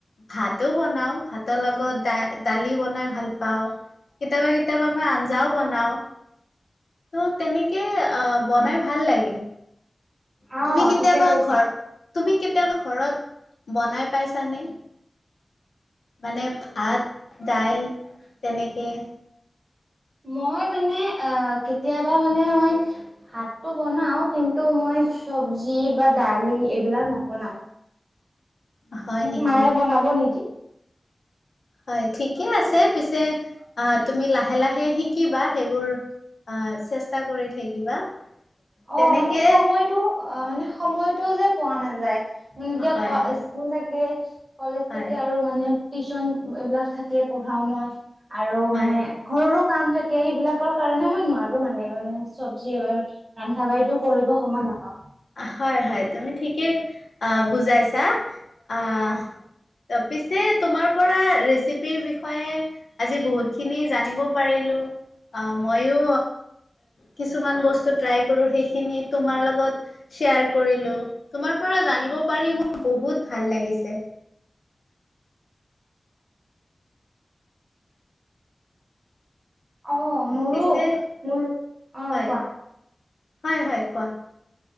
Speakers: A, on the left; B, on the right.
A: ভাতো বনাও ভাতৰ লগত দা দালি বনাই ভাল পাওঁ। কেতিয়াবা কেতিয়াবা মই আঞ্জাও বনাও। ত' তেনেকে আহ বনাই ভাল লাগে।
B: অ
A: তুমি কেতিয়াবা
B: ঠিকে কৈছা
A: ঘৰ তুমি কেতিয়াবা ঘৰত বনাই পাইছানে মানে ভাত দাইল তেনেকে
B: মই মানে অ কেতিয়াবা মানে মই ভাতটো বনাও কিন্তু মই চব্জি বা দালি এইবিলাক নবনাও
A: হয়
B: মোক
A: নেকি
B: মায়ে বনাব নিদিয়ে।
A: হয় ঠিকে আছে পিছে আ তুমি লাহে লাহে শিকিবা সেইবোৰ। আহ চেষ্টা কৰি থাকিবা। তেনেকে
B: অ মানে সময়টো অ মানে সময়টো যে পোৱা নাযায়। উম কিয়
A: হয়
B: কোৱা
A: হয়
B: স্কুল থাকে কলেজ
A: হয়
B: থাকে আৰু মানে। টিউচন এইবিলাক থাকে পঢ়াও মই আৰু
A: হয়
B: মানে
A: হয়
B: ঘৰৰো কাম। থাকে সেইবিলাকৰ কাৰণে মই নোৱাৰো মানে মানে চব্জি এবাৰ। ৰন্ধা বাঢ়িটো কৰিব সময় নাপাওঁ।
A: হয় হয় তুমি ঠিকেই আ বুজাইছা আহ। ত পিছে তোমাৰ পৰা ৰেচিপিৰ বিষয়ে আজি বহুত খিনি জানিব পাৰিলো। লো। অ মইয়ো কিছুমান বস্তু ট্ৰাই কৰো সেইখিনি তোমাৰ লগত। শ্বেয়াৰ কৰিলো তোমাৰ পৰা জানিব পাৰি মোৰ বহুত ভাল লাগিছে।
B: অ মোৰো
A: পিছে
B: মোৰ অ
A: হয়
B: কোৱা।
A: হয় হয় কোৱা।